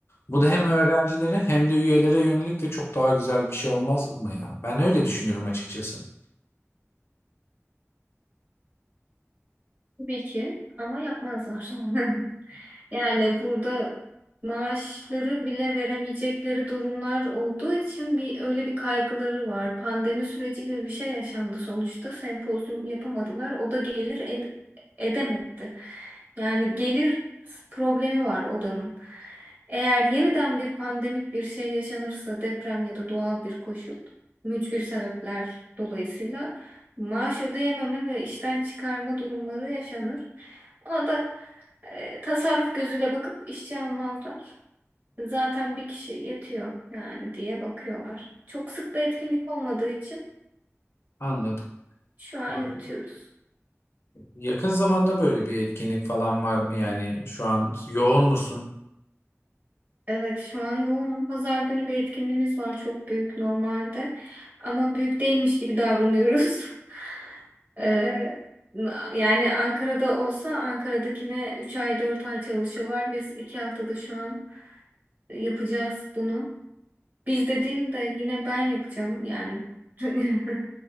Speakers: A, on the left; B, on the right.
A: Bu da hem öğrencilere hem de üyelere yönelik de çok daha güzel bir şey olmaz mı ya? Ben öyle düşünüyorum açıkçası. <laughs>
B: Tabii ki ama yapmazlar. <laughs> Yani burada maaşları bile veremeyecekleri durumlar olduğu için bir öyle bir kaygıları var. Pandemi süreci gibi bir şey yaşandı sonuçta. Sempozyum yapamadılar. O da gelir el- edemedi. Yani gelir problemi var odanın. Eğer yeniden bir pandemik bir şey yaşanırsa deprem ya da doğal bir koşul, mücbir sebepler dolayısıyla maaş ödeyememe ve işten çıkarma durumları yaşanır. Ona da e, tasarruf gözüyle bakıp işçi almazlar. Zaten bir kişi yetiyor yani diye bakıyorlar. Çok sık da etkinlik olmadığı için
A: Anladım.
B: şu an
A: Anladım.
B: yürütüyoruz.
A: Yakın zamanda böyle bir etkinlik falan var mı? Yani şu an yoğun musun?
B: Evet şu an yoğunum. Pazar günü bir etkinliğimiz var çok büyük normalde. Ama büyük değilmiş gibi davranıyoruz. <laughs> E, yani Ankara'da olsa Ankara'dakine 3 ay 4 ay çalışıyorlar. Biz 2 haftada şu an yapacağız bunu. Biz dediğimde yine ben yapacağım yani. <laughs>